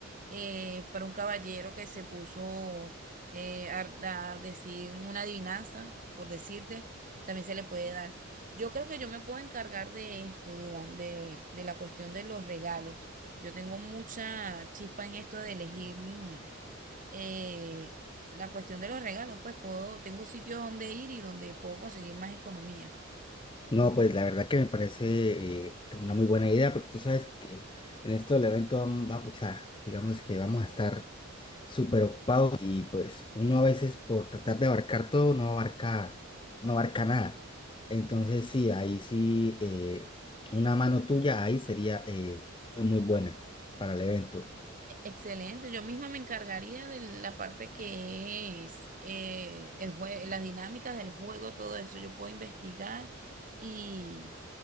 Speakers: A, on the right (about 40°); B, on the left (about 25°).
A: eh, para un caballero que se puso eh, a, a decir una adivinanza, por decirte, también se le puede dar. Yo creo que yo me puedo encargar de esto, Duan, de, de la cuestión de los regalos. Yo tengo mucha chispa en esto de elegir mm, eh, la cuestión de los regalos, pues puedo, tengo sitios donde ir y donde puedo conseguir más economía.
B: No, pues la verdad que me parece eh, una muy buena idea, porque tú sabes que en esto del evento vamos, o sea, digamos que vamos a estar súper ocupados y pues uno a veces por tratar de abarcar todo no abarca, no abarca nada. Entonces sí, ahí sí, eh, una mano tuya ahí sería eh, muy muy buena para el evento.
A: E-, Excelente, yo misma me encargaría de la parte que es eh, el jue- las dinámicas del juego, todo eso. Yo puedo investigar y